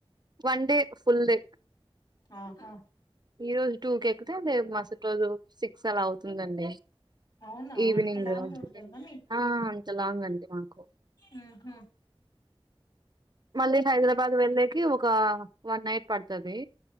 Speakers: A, on the right; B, on the left.
A: వన్ డే ఫుల్ డే
B: ఆహా
A: ఈ రోజు టూకి ఎక్కితే మేము మరుసటి రోజు సి క్స్ అలా అవుతుందండి.
B: అవునా
A: ఈవినింగ్
B: అంత లాంగ్ ఉంటుందా
A: ఆ అంతలాంగ్ అండి మాకు
B: ఆహ
A: మళ్ళీ హైదరాబాద్ వెళ్ళేకి ఒక వన్ నైట్ పడుతది.